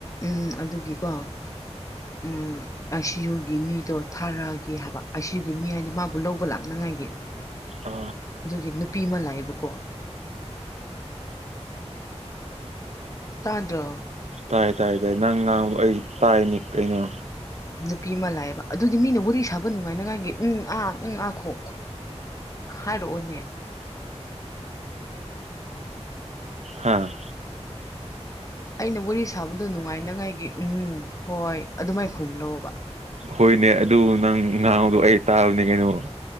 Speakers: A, on the left; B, on the right.
A: ꯎꯝ ꯑꯗꯨꯒꯤꯀꯣ ꯑꯥꯢ ꯁꯤ ꯌꯨꯒꯤ ꯃꯤꯗꯣ ꯊꯥꯔꯥꯒꯦ ꯍꯥꯏꯕ ꯑꯥꯢ ꯁꯤ ꯌꯨꯒꯤ ꯃꯤ ꯍꯥꯏꯗꯤ ꯃꯥꯕꯨ ꯂꯧꯕ ꯂꯥꯛꯅꯉꯥꯏꯒꯤ
B: ꯑ
A: ꯑꯗꯨꯒꯤ ꯅꯨꯄꯤ ꯑꯃ ꯂꯥꯛꯑꯦꯕꯀꯣ ꯇꯥꯗ꯭ꯔꯣ
B: ꯇꯥꯏ ꯇꯥꯏ ꯇꯥꯏ ꯅꯪ ꯉꯥꯡꯕ ꯑꯩ ꯇꯥꯏꯅꯤ ꯀꯩꯅꯣ
A: ꯅꯨꯄꯤ ꯑꯃ ꯂꯥꯛꯑꯦꯕ ꯑꯗꯨꯗꯤ ꯃꯤꯅ ꯋꯥꯔꯤ ꯁꯥꯕ ꯅꯨꯡꯉꯥꯏꯅꯤꯡꯉꯥꯏꯒꯤ ꯎꯝ ꯑꯥ ꯎꯝ ꯑꯥ ꯈꯣ ꯈꯥꯔꯛꯑꯣꯅꯦ
B: ꯍꯥꯥ
A: ꯑꯩꯅ ꯋꯥꯔꯤ ꯁꯥꯕꯗꯣ ꯅꯨꯡꯉꯥꯏꯅꯉꯥꯏꯒꯤ ꯎꯝ ꯍꯣꯏ ꯑꯗꯨꯃꯥꯏ ꯈꯨꯝꯂꯛꯕ
B: ꯍꯣꯏꯅꯦ ꯑꯗꯨ ꯅꯪ ꯉꯥꯡꯕꯗꯣ ꯑꯩ ꯇꯥꯕꯅꯦ ꯀꯩꯅꯣ